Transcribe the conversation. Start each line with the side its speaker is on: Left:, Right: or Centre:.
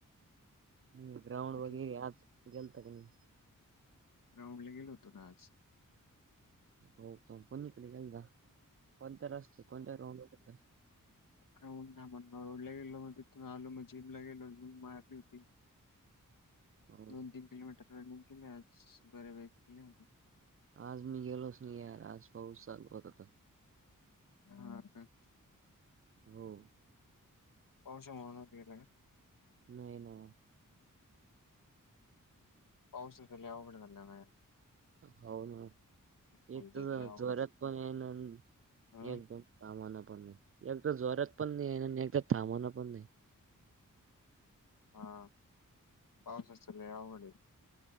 Right: मंग ग्राउंड
Left: बाकी
Right: वगै आज गेलता का नाही?
Left: ग्राउंडला गेलो होतो ना आज.
Right: हो का कुणीकडे गेलता कोणत्या रस्ते, कोणत्या ग्राउंडवर गेलता?
Left: ग्राउंडला म्हण <unintelligible> रोडला गेलो मग तिथून आलो मग जिमला गेलो जिम मारली होती
Right: हो
Left: दोन तीन किलोमीटर रनिंग केले आज बऱ्यापैकी <unintelligible>
Right: आज मी गेलोच नाही यार आज पाऊस चालू होता तं.
Left: हा का.
Right: हो.
Left: पावसामुळ <unintelligible> गेला का?
Right: नाही ना
Left: पाऊस <unintelligible> लई आवघड झालं नाय.
Right: हाव ना
Left: म्हणजे
Right: एक तर
Left: लय अवघड
Right: जोऱ्यात पण येईना आण
Left: हम्म.
Right: एकदम थांबणा पण नाही एकट जोरात पण नाही आहे आणि एकदा थांबना पण नाही.
Left: हा पावसात सगळे आवघड हे.